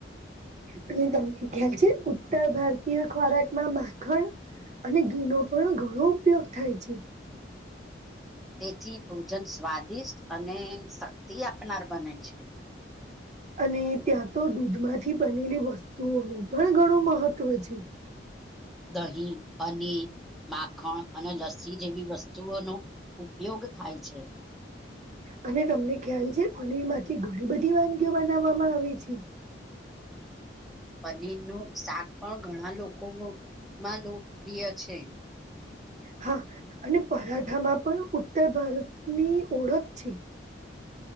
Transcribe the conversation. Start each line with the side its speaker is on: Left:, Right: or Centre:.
Right: અને તમને ખ્યાલ છે ઉત્તર ભારતીય ખોરાકમાં માખણ અને ઘીનો પણ ઘણો ઉપયોગ થાય છે
Centre: તેથી ભોજન સ્વાદિષ્ટ અને શક્તિ આપનાર બને છે
Right: અને ત્યાં તો દૂધમાંથી બનેલી વસ્તુઓનું પણ ઘણું મહત્વ છે
Centre: દહીં પનીર માખણ અને લસ્સી જેવી વસ્તુઓનો ઉપયોગ થાય છે
Right: અને તમને ખ્યાલ છે પનીર માંથી ઘણી બધી વાનગીઓ બનાવવામાં આવે છે
Centre: <inaudible> પનીર નું શાક પણ ઘણા લોકોમાં લોકપ્રિય છે <inaudible>
Right: હા અને પરાઠામાં પણ ઉત્તર ભારતની ઓળખ છે